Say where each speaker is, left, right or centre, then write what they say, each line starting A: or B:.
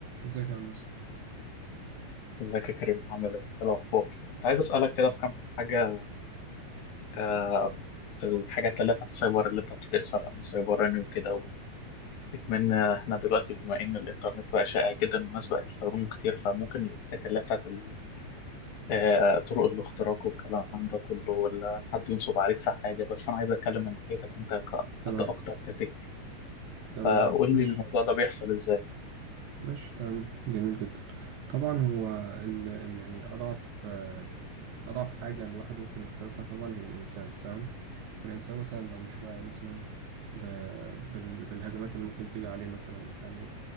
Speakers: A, on the right (about 75°); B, on the left (about 70°).
A: ازيك يا هندسة
B: ازيك يا كريم عامل ايه؟ إيه الأخبار؟ كنت عايز أسألك كده في كام حاجة آه، في الحاجات اللي في السايبر اللي أنت بتسأل عن السايبراني وكده واتمنى إحنا دلوقتي بما إن الإنترنت بقى شائع جدا والناس بقت تستخدمه كتير فممكن الحاجات اللي هي بتاعت ال- آه، طرق الاختراق والكلام ده كله ولا حد ينصب عليك في حاجة بس أنا عايز أتكلم من ناحيتك أنت كحد
A: تمام
B: أكتر كتك
A: تمام
B: فقول
A: ماشي
B: لي الموضوع ده بيحصل إزاي؟
A: ماشي تمام جميل جدا طبعا هو ال... ال... يعني أضعف آه، أضعف حاجة الواحد ممكن يخترقها طبعا هي الإنسان تمام فالإنسان مثلا لو مش واعي مثلا ب... بال... بالهجمات اللي ممكن تيجي عليه مثلا يعني